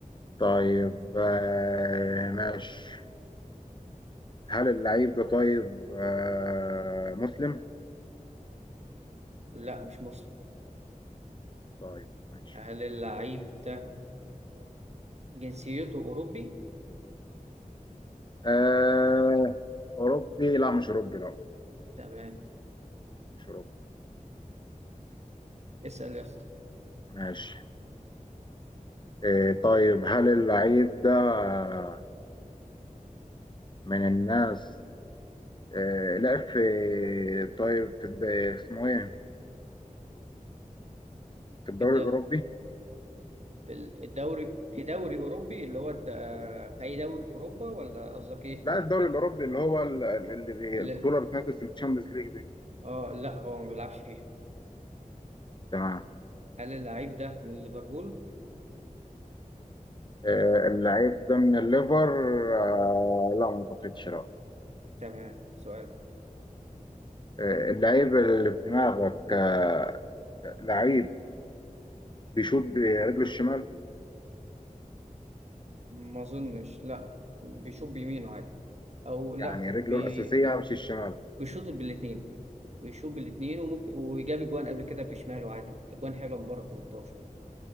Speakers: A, on the left; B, on the right.
A: طيب آه، ماشي هل اللعيب ده طيب آه، مسلم؟
B: لأ مش مصري
A: طيب ماشي
B: هل اللاعب ده جنسيته أوروبي
A: آه، أوروبي؟ لا مش أوروبي لا
B: تمام
A: مش أوروبي
B: اسأل يا اسطى
A: ماشي آه، طيب هل اللعيب ده آه، من الناس آه، لعب في طيب في الد- اسمه إيه؟ في الدوري
B: في الد-
A: الأوروبي؟
B: في الدوري في دوري أوروبي اللي هو الد- في أي دوري في أوروبا ولا قصدك إيه؟
A: لا الدوري الأوروبي اللي هو ال- اللي بي-
B: اللي...
A: البطولة بتنافس الشامبيونز ليج دي
B: آه لا هو ما بيلعبش فيه
A: تمام
B: هل اللعيب ده من ليفربول؟
A: آه، اللعيب ده من الليفر آه، لا ما اعتقدش لا
B: تمام سؤال
A: آه، اللعيب اللي في دماغك آه، لعيب بيشوط برجله الشمال
B: ما أظنش لا بيشوط بيمينه عادي أو لا
A: يعني رجله
B: بي...
A: الأساسية
B: بي-
A: مش الشمال
B: بيشوط بالاتنين بيشوط بالاتنين وممكن وجاب أجوان قبل كده بشماله عادي أجوان حلوة من بره ال 18